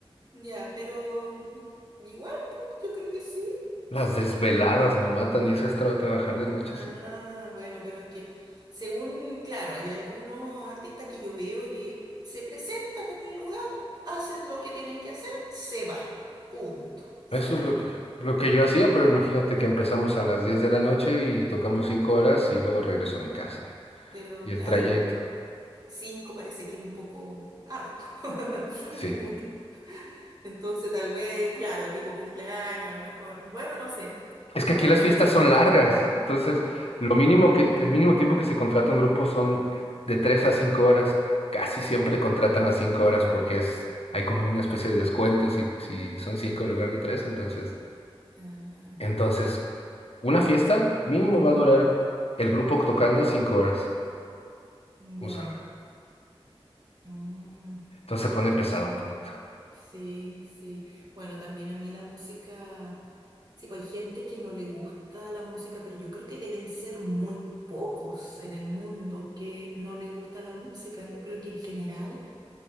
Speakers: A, on the right; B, on the left.
A: Ya, pero igual, pues, yo creo que sí,
B: Las
A: sí.
B: desveladas me matan y eso es tra- trabajar de noche,
A: Ah,
B: sí.
A: bueno, pero es que según, claro, hay algunos artistas que yo veo y se presentan en el lugar, hacen lo que tienen que hacer, se van, punto. ¿Sí
B: Eso
A: o
B: es
A: no?
B: lo que, lo que yo hacía, pero imagínate que empezamos a las 10 de la noche y tocamos 5 horas y luego regreso a mi casa. ¿eh?
A: Pero
B: Y
A: claro,
B: el trayecto.
A: un- cinco parece que es un poco harto. <laughs>
B: Sí.
A: Mucho. Entonces, tal vez, claro, tipo cumpleaños, a lo mejor. Bueno, no sé.
B: Es
A: La
B: que aquí
A: verdad
B: las fiestas
A: es que
B: son largas,
A: no
B: entonces
A: sé.
B: lo mínimo que, el mínimo tiempo que se contrata un grupo son de 3 a 5 horas. Casi siempre contratan las 5 horas porque es, hay como una especie de descuento si, si son 5 en lugar de tres entonces,
A: Ah,
B: entonces una fiesta mínimo va a durar el grupo tocando cinco horas.
A: ya.
B: usualmente.
A: Mm.
B: Entonces se pone pesado un poquito.
A: Sí, sí. Bueno, también a mí la música, sí, pues hay gente que no le gusta la música, pero yo creo que deben ser muy pocos en el mundo que no le gusta la música. Yo creo que en general